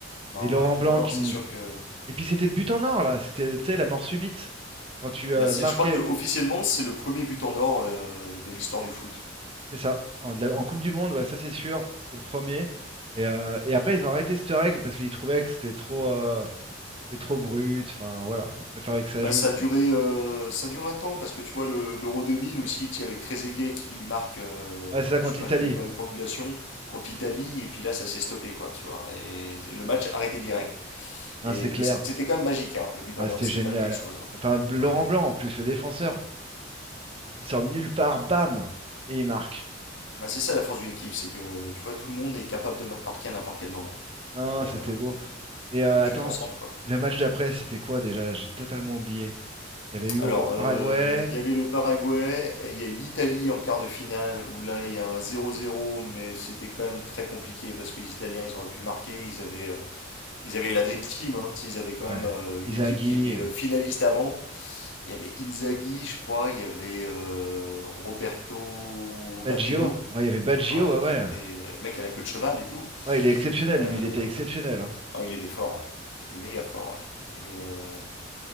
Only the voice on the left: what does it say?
Ouais,
ouais.
non, non,
c'est sûr que,
bah, c'est,
je crois que officiellement, c'est le premier but en or euh, de l'histoire du foot.
Bah,
ça a
duré, euh, ça dure un temps parce que tu vois le- l'Euro 2000 aussi, tu sais, avec Trezeguet qui marque, euh,
je sais pas,
dans les prolongations contre l'Italie et puis là ça s'est stoppé quoi, tu vois. Et le match arrêté direct. Et
mais c'était quand même magique, hein, le but d'en
or,
c'est
quand même quelque chose. hein.
Ouais.
Bah, c'est ça la force d'une équipe, c'est que tu vois tout le monde est capable de marquer à n'importe quel moment
et,
euh,
et tu
te transcendes quoi.
Alors, euh,
il y avait le Paraguay, et il y a l'Italie en quart de finale, où là, il y a un zéro zéro, mais c'était quand même très compliqué, parce que les Italiens, ils auraient pu marquer, ils avaient, euh, ils avaient la Dream Team, hein, tu sais, ils avaient quand
même euh, une
équipe qui était euh, finaliste avant. Il y avait Inzaghi, je crois, il y avait euh, Roberto
Baggio,
enfin,
qui était le mec à la queue de cheval et tout.
Euh,
ah, il était fort, ouais. Il était méga fort, ouais. Et euh,